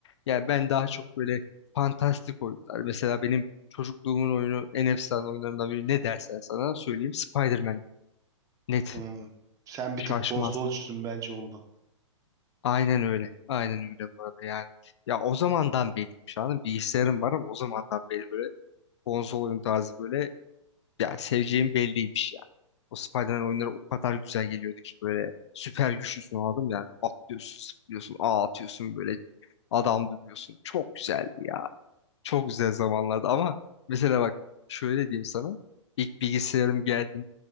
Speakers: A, on the left; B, on the right.
A: Yani ben daha çok böyle fantastik oyunlar. Mesela benim çocukluğumun oyunu en efsane oyunlarından biri ne dersen sana söyleyeyim. Spider-Man. Net.
B: Hmm. Sen bir
A: Şaşmaz.
B: tık konsolcusun bence ondan.
A: Aynen öyle. Aynen öyle bu arada yani. Ya o zamandan beri şu an bilgisayarım
B: Hı.
A: var ama o zamandan beri böyle konsol oyun tarzı böyle Ya seveceğim belliymiş ya. O Spider-Man oyunları o kadar güzel geliyordu ki böyle süper güçlüsün aldım yani atlıyorsun, zıplıyorsun, ağ atıyorsun böyle adam dövüyorsun. Çok güzeldi ya. Çok güzel zamanlardı ama mesela bak şöyle diyeyim sana. İlk bilgisayarım geldiğinde